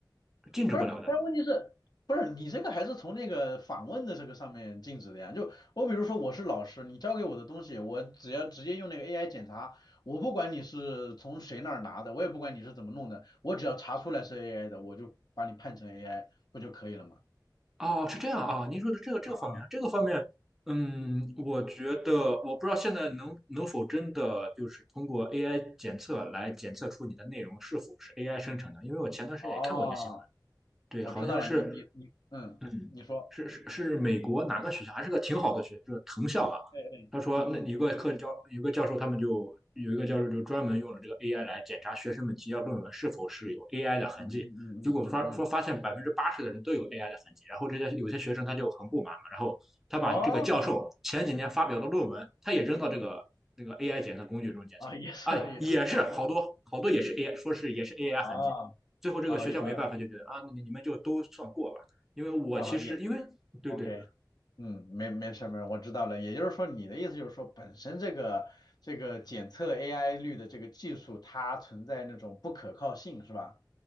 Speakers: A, in the centre; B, on the left.
A: 禁止不了的。
B: 不是，但是问题是，不是你这个还是从那个访问的这个上面禁止的呀？就我比如说我是老师，你交给我的东西，我只要直接用那个 AI 检查，我不管你是从谁那儿拿的，我也不管你是怎么弄的，我只要查出来是 AI 的，我就把你判成 AI 不就可以了吗？
A: 哦，是这样啊，您说的这个这个方面，
B: 啊
A: 这个方面，嗯，我觉得我不知道现在能能否真的就是通过 AI 检测来检测出你的内容是否是 AI 生成的，因为我前段时间也看过一个新闻，
B: 啊，哦。
A: 对，
B: 我知道了，
A: 好像是
B: 你你你，嗯，
A: 嗯，
B: 你说，
A: 是是是美国哪个学校？还是个挺好的学校，是藤校吧？
B: 哎哎，
A: 他说，
B: 嗯嗯
A: 那有个课教有个教授，他们就有一个教授就专门用了这个 AI 来检查学生们提交论文是否是有 AI 的痕迹。
B: 嗯嗯嗯嗯嗯嗯，
A: 结果发说发现百分之八十的人都有 AI 的痕迹，然后这些有些学生他就很不满嘛，然后他把这个教授前几年发表的论文，
B: 哦，
A: 他也扔到这个那个 AI 检测工具中检测，
B: 啊，也是也，
A: 哎，也是好多好多也是
B: <laughs>
A: AI，说是也是 AI
B: 啊
A: 痕迹。最后这个学校没办法就觉得啊，
B: 啊也呃
A: 你你们就都算过吧。因为我其实因为对对
B: 啊也，OK，嗯，没没事儿没事儿，我知道了。也就是说，你的意思就是说，本身这个这个检测 AI 率的这个技术，它存在那种不可靠性，是吧？